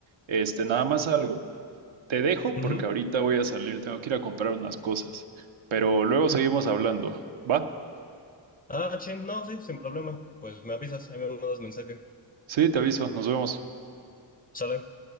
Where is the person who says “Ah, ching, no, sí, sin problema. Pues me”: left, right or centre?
Left